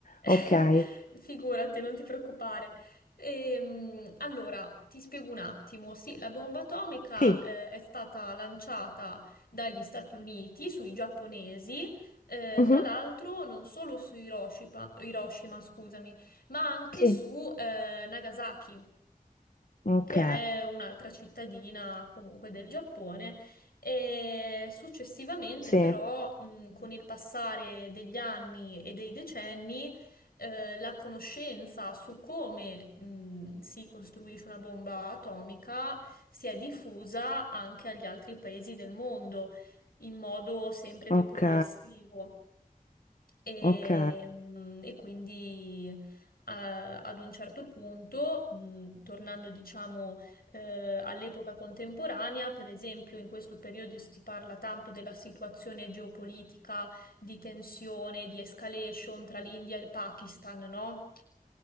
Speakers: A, on the left; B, on the left.
A: Ok.
B: <laughs> Figurati, non ti preoccupare. Ehm, allora, ti spiego un attimo. Sì, la bomba atomica,
A: Sì.
B: eh, è stata lanciata dagli Stati Uniti sui giapponesi, eh,
A: Mhm.
B: tra l'altro non solo su Hiroshima, Hiroshima, scusami, ma anche
A: Sì.
B: su, eh, Nagasaki
A: Ok,
B: che è un'altra cittadina comunque del Giappone e successivamente
A: sì,
B: però mh, con il passare degli anni e dei decenni eh, la conoscenza su come mh, si costruisce una bomba atomica si è diffusa anche agli altri paesi del mondo in modo sempre più
A: ok,
B: progressivo. E,
A: ok,
B: mm, e quindi a- ad un certo punto, mh, tornando diciamo eh, all'epoca contemporanea, per esempio in questo periodo si parla tanto della situazione geopolitica di tensione, di escalation tra l'India e il Pakistan, no?